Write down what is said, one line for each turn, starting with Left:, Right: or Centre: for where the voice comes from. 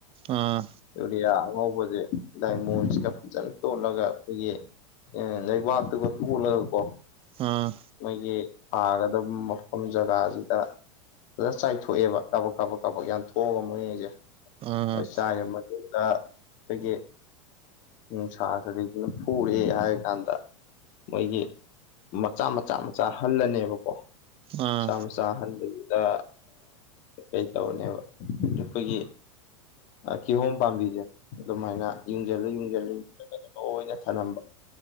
Right: ꯑꯥ
Left: ꯌꯨꯔꯤꯌꯥ ꯑꯉꯧꯕꯁꯦ ꯗꯥꯏꯃꯣꯁꯤꯒ ꯐꯖꯅ ꯇꯣꯠꯂꯒ ꯑꯩꯈꯣꯏꯒꯤ ꯑꯦ ꯂꯩꯕꯥꯛꯇꯒ ꯇꯂꯒ ꯀꯣ
Right: ꯑꯥ
Left: ꯃꯣꯏꯒꯤ ꯊꯒꯗꯕ ꯃꯐꯝ ꯖꯒꯥꯁꯤꯗ ꯐꯖꯅ ꯆꯥꯏꯊꯣꯛꯑꯦꯕ ꯀꯥꯕꯛ ꯀꯥꯕꯛ ꯀꯥꯕꯛ ꯌꯥꯝ ꯊꯣꯛꯑꯒ ꯃꯣꯏ ꯍꯥꯢꯁꯦ
Right: ꯑꯥ
Left: ꯍꯣꯏ ꯆꯥꯏꯔꯕ ꯃꯇꯨꯡꯗ ꯑꯩꯈꯣꯏꯒꯤ ꯎ ꯁꯥꯈꯩꯁꯤꯅ ꯐꯨꯔꯦ ꯍꯥꯏ ꯀꯥꯟꯗ ꯃꯣꯏꯒꯤ ꯃꯆꯥ ꯃꯆꯥ ꯃꯆꯥ ꯍꯜꯂꯅꯦꯕꯀꯣ
Right: ꯑꯥ
Left: ꯃꯆꯥ ꯃ ꯆꯥꯍꯟꯕꯗꯨꯗ ꯀꯩꯇꯧꯅꯦꯕ ꯑꯩꯈꯣꯏꯒꯤ ꯀꯤꯍꯣꯝ ꯄꯥꯝꯕꯤꯁꯦ ꯑꯗꯨꯃꯥꯏꯅ ꯌꯨꯡꯁꯤꯜꯂ ꯌꯨꯡꯁꯤꯜꯂ ꯌꯨꯡꯁꯤꯜꯂꯒ ꯂꯣꯏꯅ ꯊꯂꯝꯝꯕ